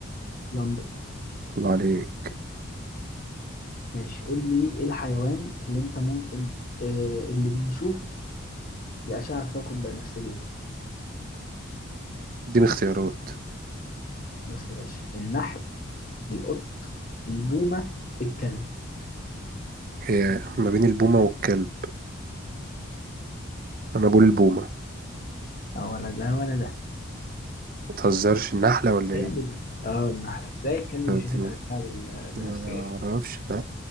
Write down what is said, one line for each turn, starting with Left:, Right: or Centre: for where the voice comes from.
Left: لندن
Right: الله عليك
Left: ماشي قول لي ايه الحيوان اللي انت ممكن آه اللي بيشوف الأشعة فوق البنفسجية
Right: اديني اختيارات
Left: بص يا باشا النحل القط البومة الكلب
Right: هي ما بين البومة والكلب انا بقول البومة
Left: اه ولا ده ولا ده
Right: ما تهزرش النحلة ولا
Left: كلب.
Right: ايه
Left: اه النحل ازاي الكلب
Right: طب
Left: بيشوف
Right: اديني-
Left: الأشعة البنفسجية
Right: ما اعرفش لا